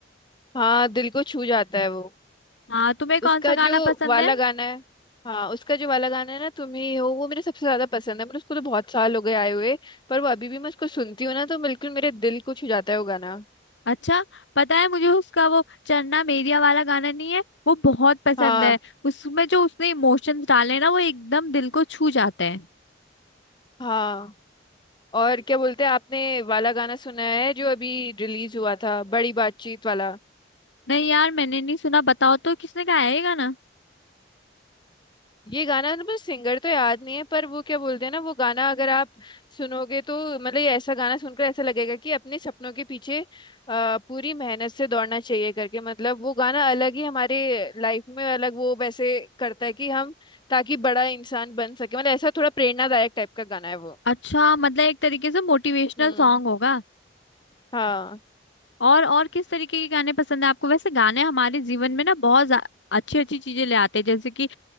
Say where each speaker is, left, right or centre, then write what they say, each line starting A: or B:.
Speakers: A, on the left; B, on the left.
A: हाँ दिल को छू जाता है वो
B: हाँ तुम्हें कौन
A: उसका
B: सा गाना
A: जो
B: पसंद
A: वाला
B: है
A: गाना है हाँ उसका जो वाला गाना है ना तुम ही हो वो मेरे सबसे ज्यादा पसंद है पर उसको तो बहुत साल हो गए आए हुए पर वो अभी भी मैं उसको सुनती हूँ ना तो बिल्कुल मेरे दिल को छू जाता है वो गाना
B: अच्छा पता है मुझे उसका वो चन्ना मेरिया वाला गाना नहीं है वो बहुत पसंद
A: हाँ
B: है उसमें जो उसने इमोशंस डाले हैं ना वो एकदम दिल को छू जाते हैं
A: हाँ और क्या बोलते हैं आपने वाला गाना सुना है जो अभी रिलीज हुआ था बड़ी बातचीत वाला
B: नहीं यार मैंने नहीं सुना बताओ तो किसने गाया है ये गाना
A: ये गाना ना पर सिंगर तो याद नहीं है पर वो क्या बोलते हैं ना वो गाना अगर आप सुनोगे तो मतलब ये ऐसा गाना सुनकर ऐसा लगेगा कि अपने सपनों के पीछे अ, पूरी मेहनत से दौड़ना चाहिए करके मतलब वो गाना अलग ही हमारे लाइफ में अलग वो वैसे करता है कि हम ताकि बड़ा इंसान बन सके मतलब ऐसा थोड़ा प्रेरणादायक टाइप का गाना है वो
B: अच्छा मतलब एक तरीके से मोटिवेशनल
A: हम्म
B: सॉन्ग होगा
A: हाँ
B: और और किस तरीके के गाने पसंद है आपको वैसे गाने हमारे जीवन में ना बहुत अच्छी अच्छी चीजें ले आते हैं जैसे कि